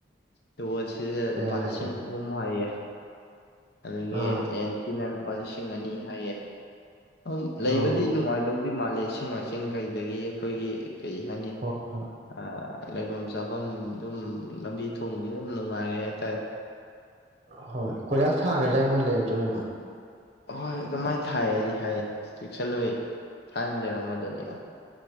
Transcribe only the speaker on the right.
ꯀꯌꯥ
ꯍꯥꯏꯒꯦ
ꯑꯥ
ꯑꯣ
ꯍꯣꯏ ꯍꯣꯏ
ꯍꯣꯏ ꯀꯣꯏꯂꯥꯁ ꯊ ꯇꯥꯏ ꯃꯣꯏ ꯂꯩꯛꯇ꯭ꯔ